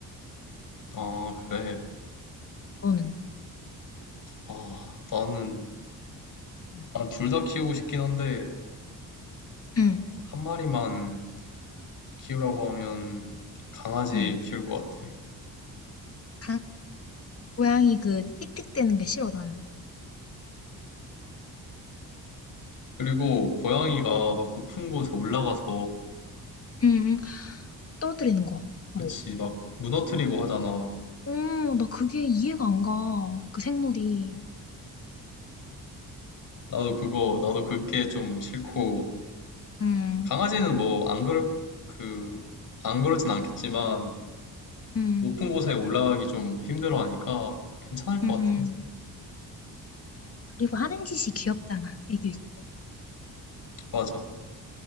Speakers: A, on the left; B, on the left.
A: 아, 그래.
B: 너는?
A: 아, 나는,
B: 응,
A: 난 둘 다 키우고 싶긴 한데,
B: 응.
A: 한 마리만 키우라고 하면 강아지
B: 응.
A: 키울 것 같아.
B: 강- 고양이 그 틱틱대는 게 싫어 나는.
A: 그리고 고양이가 막 높은 곳에 올라가서,
B: 응, 응. 떨어뜨리는 거.
A: 그치,
B: 뭐
A: 막 무너뜨리고 하잖아.
B: 어, 나 그게 이해가 안 가. 그 생물이.
A: 나도 그거, 나도 그게 좀 싫고,
B: 음,
A: 강아지는 뭐, 안 그럴, 그, 안 그러진 않겠지만,
B: 음,
A: 높은 곳에 올라가기 좀 힘들어 하니까 괜찮을 것
B: 음.
A: 같아.
B: 그리고 하는 짓이 귀엽잖아. 애교 있고.
A: 맞아.